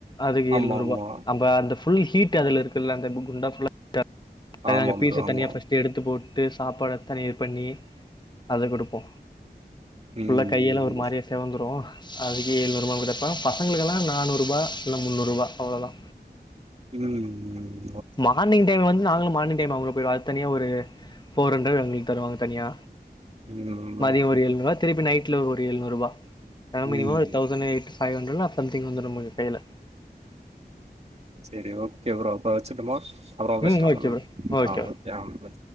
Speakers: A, on the left; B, on the right.
A: அதுக்கு
B: ஆமா
A: ஏழ்நூறு
B: ஆமா
A: ரூபா அம்ப அந்த ஃபுல் ஹீட் அதுல இருக்கல்ல அந்த குண்டா ஃபுல்லா தன
B: ஆமா
A: நாங்க பீச
B: ப்ரோ ஆமா
A: தனியா ஃபர்ஸ்ட் எடுத்து போ ட்டு சாப்பாட தண்ணீர் பண்ணி அத குடுப்போ ஃபுல்லா
B: ம்
A: கையெல்லா ஒரு மாரியா செவந்துரு அதுக்கு ஏழ்நூறு ரூபா <unintelligible> பசங்களுக்கெல்லா நானூறு ரூபா இல்ல முன்நூறு ரூபா அவ்ளவுதா
B: ம் ம்
A: மார்னிங் டைம் வந்து நாங்களு மார்னிங் டைம் அவுங்க கூட போயிருவே அது தனியா ஒரு போர் ஹண்ரெட்டு எங்களுக்கு தருவாங்க தனியா
B: ம்
A: மதியோ
B: ஓகே
A: ஒரு
B: ப்ரோ
A: எழுநூறுபா திருப்பி நைட்ல ஒரு எழுநூறுபா <unintelligible>
B: ம்
A: தசண்ட எய்ட் ஃபைவ் ஹண்ட்ரட்லா சம்திங் வந்துரு நம்ம கைல
B: செரி ஓகே ப்ரோ அப்புறோ வெச்சிரட்டுமா அப்புறமா பேசலா
A: ம் ஓகே ப்ரோ ஓகே
B: ஆ ஆ ஆ